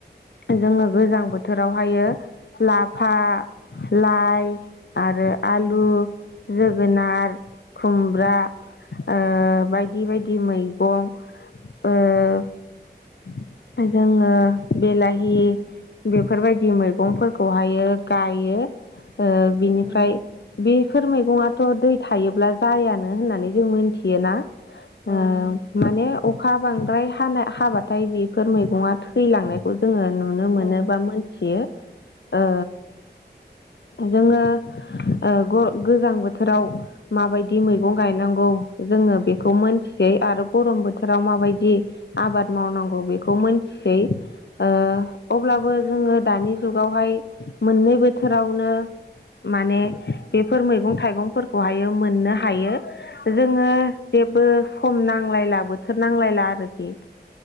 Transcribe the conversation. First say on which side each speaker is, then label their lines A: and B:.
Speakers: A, on the left (about 80°); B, on the left (about 30°).
A: जोङो गोजां बोथोरावहायो लाफा लाइ आरो आलु
B: उम
A: जोगोनार खुमब्रा ओ बायदि बायदि मैगं ओ जोङो बिलाहि बेफोरबायदि मैगंफोरखौहायो गायो ओ बिनिफ्राय
B: उम
A: बेफोर मै गङाथ' दै थायोब्ला जायानो होननानै जों मोनथियोना ओ
B: औ नंगौ
A: माने अखा बांद्राय हानाय हाबा थाय बेफोर मैगङा थैलांनायखौ जोङो नु नुनो मोनो
B: औ
A: बा मोनथियो ओ जोङो ओ ग गोजां बोथोराव माबायदि मैगं गायनांगौ जोङो बेखौ मोनथिसै आरो गरम बोथोराव माबायदि आबाद मावनांगौ बेखौ मिनथिसै ओ अब्लाबो जोङो दानि जुगावहाय मोननै बोथोरावनो माने बेफोर मैगं थाइगं फोरखौहायो मोननो हायो जोङो जेबो सम नांलायला बोथोर नांलायला आरोखि